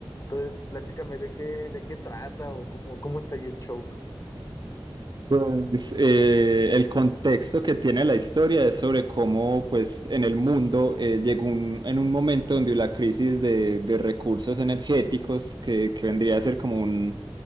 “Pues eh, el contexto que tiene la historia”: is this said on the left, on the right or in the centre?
Right